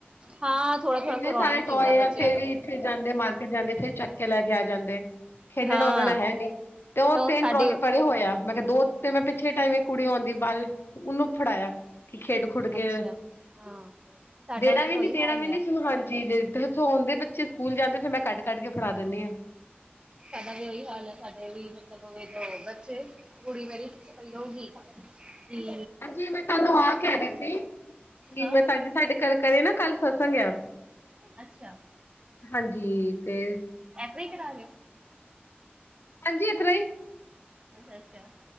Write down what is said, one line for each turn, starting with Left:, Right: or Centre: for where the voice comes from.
Right: ਹਾਂ ਥੋੜਾ ਥੋੜਾ
Left: ਇੰਨੇ
Right: ਕਰਾਉਣਾ
Left: ਸਾਰੇ
Right: ਵੀ ਚਾਹੀਦਾ
Left: ਟੋਏ
Right: ਬੱਚਿਆਂ
Left: ਆ ਫੇਰ ਵੀ
Right: ਤੋਂ
Left: ਜੀਥੇ ਜਾਂਦੇ ਮਾਰਕੀਟ ਜਾਂਦੇ ਫੇਰ ਚੱਕ ਕੇ ਲੈ ਕੇ ਆ ਜਾਂਦੇ ਖੇਡਣਾ-ਉੱਡਣਾ
Right: ਹਾਂ
Left: ਹੈ ਨੀ। ਤੇ ਉਹ
Right: ਤਾਂ
Left: ਤਿੰਨ
Right: ਸਾਡੇ
Left: ਟਰੋਲੀ ਪਰੇ ਹੋਏ ਆ, ਮੈਂ ਕਿਹਾ ਦੋ ਤੇ ਮੈਂ ਪਿੱਛੇ ਟਾਈਮ ਇੱਕ ਕੁੜੀ ਆਉਂਦੀ ਬਾਅ ਉਹਨੂੰ ਫੜਾਇਆ ਕਿ ਖੇਡ ਖੁਡ ਕੇ
Right: ਅੱਛਾ ਹਾਂ। ਸਾਡਾ
Left: ਦੇਣਾ
Right: ਤਾਂ
Left: ਵੀ ਨੀ,
Right: ਉਹੀ
Left: ਦੇਣਾ
Right: ਹਾਲ
Left: ਵੀ ਨੀ
Right: ਆ
Left: ਕਿਸੀ ਨੂੰ ਹਰ ਚੀਜ ਸੋ ਹੋਂਦੇ ਬੱਚੇ ਸਕੂਲ ਜਾਂਦੇ ਫਿਰ ਮੈਂ ਕਾੱਢ ਕਾੱਢ ਕੇ ਫੜਾ ਦਿੰਦੀ ਆ।
Right: ਸਾਡਾ ਵੀ ਉਹੀ ਹਾਲ ਹੈ ਸਾਡੇ ਵੀ ਮਤਲਬ ਦੋ ਬੱਚੇ ਕੁੜੀ ਮੇਰੀ ਪਿੱਛੇ ਪਈ ਰਓਗੀ। ਕੀ
Left: ਜੀ ਮੈਂ ਤੁਹਾਨੂੰ ਆਹ ਕਹ ਰਹੀ ਸੀ, ਕਿ
Right: ਹਾਂ
Left: ਮੈਂ ਤੁਹਾਡੀੇ ਸਾਡੇ ਘਰ ਕਰੇ ਨਾ ਕੱਲ ਸਤਸੰੰਗ ਆ।
Right: ਅੱਛਾ
Left: ਹਾਂਜੀ ਤੇ
Right: ਐਸਰਾ ਇ ਕਰਾ ਰੇ ਓ।
Left: ਹਾਂਜੀ ਏਤਰਾ ਈ
Right: ਅੱਛਾ-ਅੱਛਾ।